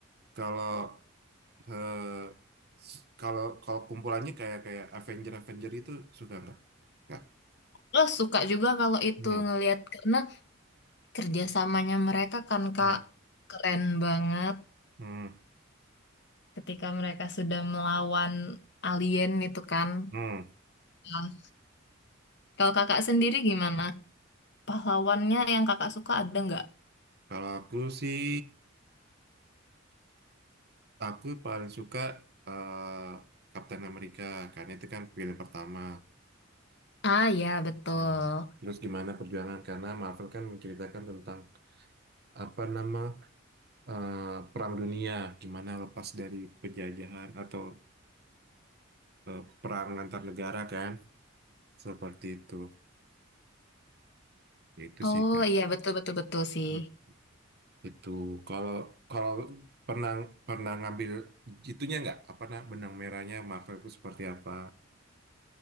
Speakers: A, on the right; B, on the left.
A: kalau eh, s- kalau kalau kumpulannya kayak kayak Avenger Avenger itu suka nggak? Nggak.
B: Lo suka juga kalau itu
A: Hmm,
B: ngelihat karena kerjasamanya mereka kan Kak
A: hmm,
B: keren banget
A: hmm,
B: ketika mereka sudah melawan alien itu kan.
A: hmm.
B: Nah, kalau kakak sendiri gimana? Pahlawannya yang kakak suka ada nggak?
A: Kalau aku sih Aku paling suka eh, Kapten Amerika karena itu kan film pertama.
B: Ah ya betul.
A: Nah, terus gimana perjuangan karena Marvel kan menceritakan tentang apa nama eh, perang dunia, gimana lepas dari penjajahan atau eh, perang antar negara kan seperti itu. Itu
B: Oh
A: sih.
B: iya betul betul betul sih.
A: Hmm. Itu kalau kalau pernah pernah ngambil itunya nggak apa nah benang merahnya Marvel itu seperti apa?